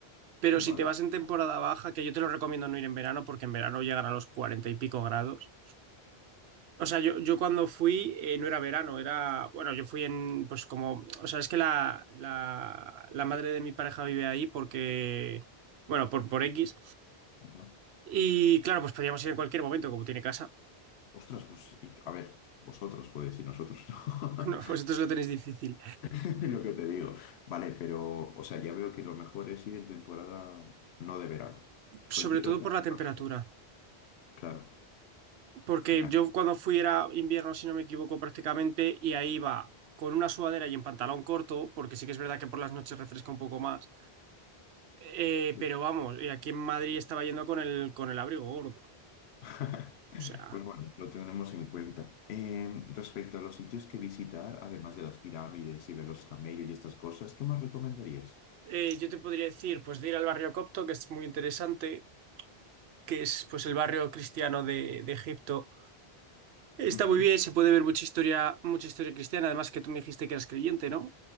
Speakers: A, on the right; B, on the left.
A: pero
B: Vale.
A: si te vas en temporada baja, que yo te lo recomiendo no ir en verano porque en verano llegan a los 40 y pico grados. O sea, yo, yo cuando fui eh, no era verano, era, bueno, yo fui en, pues como, o sea, es que la, la, la madre de mi pareja vive ahí porque, bueno, por, por X.
B: Ajá.
A: Y claro, pues podíamos ir en cualquier momento, como tiene casa.
B: Ostras, pues, y- a ver, vosotros podéis y nosotros no.
A: <laughs> No, vosotros lo tenéis difícil.
B: <laughs> Lo que te digo. Vale, pero, o sea, ya veo que lo mejor es ir en temporada no de verano.
A: Sobre
B: Cualquier
A: todo
B: otra,
A: por la temperatura,
B: pero no claro.
A: porque
B: Me haces-
A: yo cuando fui era invierno, si no me equivoco, prácticamente, y ahí iba con una sudadera y en pantalón corto, porque sí que es verdad que por las noches refresca un poco más, Eh,
B: sí.
A: pero vamos, y aquí en Madrid estaba yendo con el, con el abrigo gordo.
B: <laughs>
A: O sea,
B: Pues bueno, lo tendremos en cuenta. Eh, respecto a los sitios que visitar, además de las pirámides y ver los camellos y estas cosas, ¿qué más recomendarías?
A: eh, yo te podría decir, pues de ir al barrio copto, que es muy interesante, que es pues el barrio cristiano de, de Egipto. Está
B: Ujú.
A: muy bien, se puede ver mucha historia, mucha historia cristiana, además que tú me dijiste que eras creyente, ¿no?